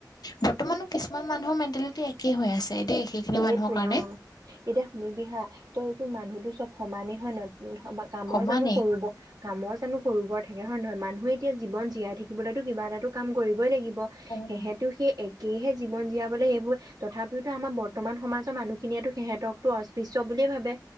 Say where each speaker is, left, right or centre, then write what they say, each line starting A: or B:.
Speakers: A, on the left; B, on the right.
A: বৰ্তমানো কিছুমান মানুহৰ মে টিয়া লৈকে একেই হৈ আছে দেই সেইখিনি
B: সেইটোৱে
A: মানুহৰ কাৰণে
B: অ এতিয়া শুনিবিহা তই তোৰ মানুহতো চব সমানেই হয় ন কামৰ
A: সমানেই
B: জানো সৰু বৰ কামৰ জানো সৰু বৰ থাকে হয় নে নহয় মান মানুহে এতিয়া জীৱন জীয়াই থাকিবলেতো কিবা এটাটো কাম কৰিবই লাগিব
A: উম
B: সেইহেতু সেই একেহে জীৱন জীয়াবলে সেইবোৰ তথাপিটো আমাৰৰ বৰ্তমান সমাজৰ মানুহখিনিয়েতো সিহঁতকতো অস্পৃশ্য বুলিয়ে ভাবে